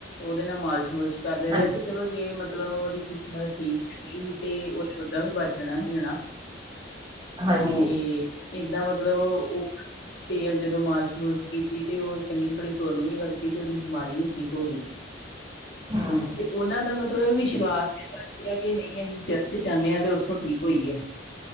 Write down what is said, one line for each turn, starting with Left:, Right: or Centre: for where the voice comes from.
Left: ਉਦੇ ਨਾ ਮਾਲਸ਼-ਮੁਲਸ਼ ਕਰਦੇ
Right: ਹਾਂ
Left: ਰਏ ਤੇ ਚਲੋ ਜੇ ਮਤਲਬ ਓਦੀ ਕਿਸਮਤ ਠੀਕ <unintelligible> ਹੀ ਤੇ ਉਨੇ ਓਦਾਂ ਵੀ ਵੱਜਣਾ ਸੀ ਹਨਾ
Right: ਹਾਂਜੀ
Left: ਤੇ ਏਦਾਂ ਮਤਲਬ ਓ <unintelligible> ਤੇਲ ਜਦੋਂ ਮਾਲਸ਼-ਮੁਲਸ਼ ਕੀਤੀ ਤੇ ਓ ਚੰਗੀ ਭਲੀ ਤੁਰਨ ਵੀ ਲਾਗੀ ਤੇ ਓਦੀ ਬਿਮਾਰੀ ਵੀ ਠੀਕ ਹੋਗੀ। <inaudible>
Right: ਹਾਂ।
Left: ਓਨਾਂ ਦਾ ਮਤਲਬ ਵਿਸ਼ਵਾਸ <unintelligible> ਗਿਆ ਕੇ ਨਈ ਅਸੀਂ ਚਰਚ ਜਾਂਦੇ ਆ ਤੇ ਓਥੋਂ ਠੀਕ ਹੋਈ ਐ।